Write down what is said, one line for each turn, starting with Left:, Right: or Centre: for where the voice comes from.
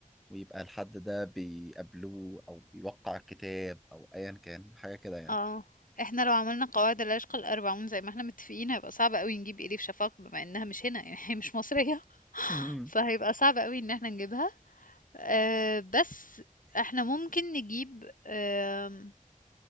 Centre: ويبقى الحد ده بيقابلوه او بيوقع الكتاب او ايا كان حاجه كده يعني
Left: اه احنا لو عملنا قواعد العشق الأربعون زي ما احنا متفقين هيبقى صعب قوي نجيب إليف شفاق بما انها مش هنا يعني <laughs> هي مش مصرية
Centre: مم.
Left: فهيبقى صعب قوي ان احنا نجيبها آه بس احنا ممكن نجيب آه